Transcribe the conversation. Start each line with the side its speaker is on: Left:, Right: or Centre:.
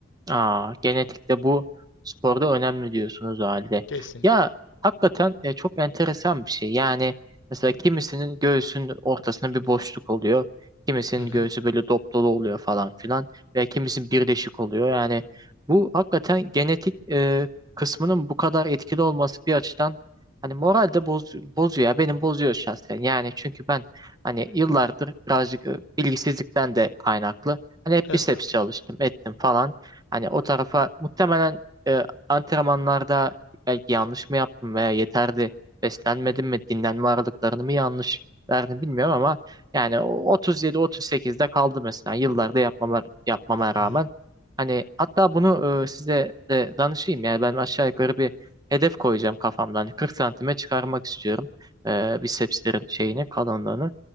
Right: Aa, genetikte bu sporda önemli diyorsunuz o halde.
Left: Kesinlikle.
Right: Ya hakikaten e, çok enteresan bir şey. Yani mesela kimisinin göğsünün ortasında bir boşluk oluyor. Kimisinin
Left: Hı hı.
Right: göğsü böyle dop dolu oluyor falan filan. Veya kimisinin birleşik oluyor. Yani bu hakikaten genetik e, kısmının bu kadar etkili olması bir açıdan hani moral de boz, bozuyor. ya. Benim bozuyor şahsen. Yani çünkü ben hani yıllardır birazcık e, bilgisizlikten de kaynaklı. Hani hep
Left: Estağfurullah.
Right: biceps çalıştım, ettim falan. Hani o tarafa muhtemelen e, antrenmanlarda belki yanlış mı yaptım veya yeterli beslenmedim mi, dinlenme aralıklarını mı yanlış verdim bilmiyorum ama yani 37-38'de kaldı mesela yıllarda yapmama, yapmama rağmen.
Left: Hı hı.
Right: Hani hatta bunu e, size de danışayım yani ben aşağı yukarı bir hedef koyacağım kafamdan. Hani 40 santime çıkarmak istiyorum e, bisepslerin şeyini, kalınlığını.